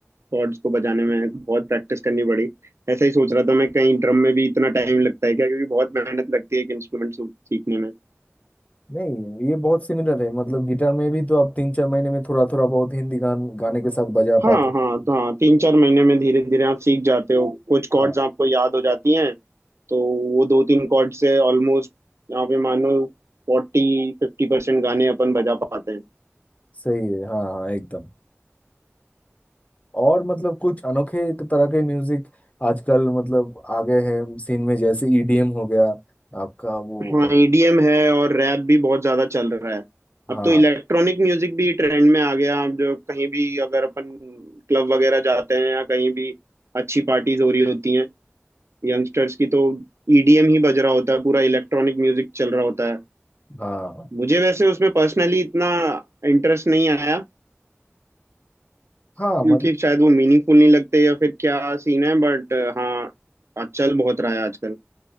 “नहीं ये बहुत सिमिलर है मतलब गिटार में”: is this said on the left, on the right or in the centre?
Left